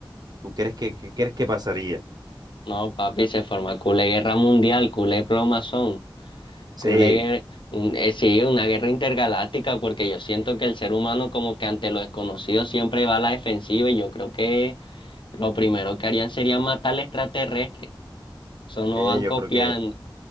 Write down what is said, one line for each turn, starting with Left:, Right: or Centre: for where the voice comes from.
Right: ¿Tú crees que qué crees que pasaría?
Left: No, papi, se forma culé guerra mundial, culé plomazón,
Right: Sí,
Left: culé guer- un- eh, sí, una guerra intergaláctica, porque yo siento que el ser humano como que ante lo desconocido siempre va a la defensiva y yo creo que lo primero que harían sería matar al extraterrestre. Eso no
Right: sí,
Left: van
Right: yo
Left: copiando.
Right: creo que,